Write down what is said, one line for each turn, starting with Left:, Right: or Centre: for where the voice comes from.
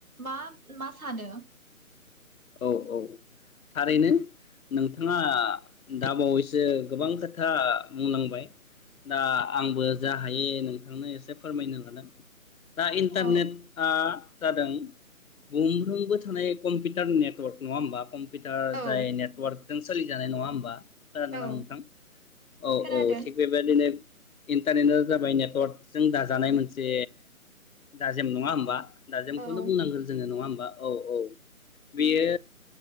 Right: मा मा सानो?
Left: औ औ थारैनो नोंथाङा दाबावैसो गोबां खोथा बुंलांबाय दा आंबो जा हायो नोंथांनो एसे फोरमायनो लादों दा इन्टारनेटआ
Right: औ
Left: जादों गंफ्रोमबो थानाय कम्पिउटार नेट <unintelligible> नङा होनबा कम्पिउटार
Right: औ
Left: जाय नेटअवार्क जों सोलिजानाय नङा होमबा? खोनादों
Right: औ
Left: ना नोंथां औ
Right: खोनादों
Left: औ थिग बेबायदिनो इन्टारनेटआ जाबाय नेटवार्कजों दाजानाय मोनसे दाजेम नङा होमबा? दा जोंखौनो
Right: औ
Left: बुंनांगोन नङा होमबा औ औ बेयो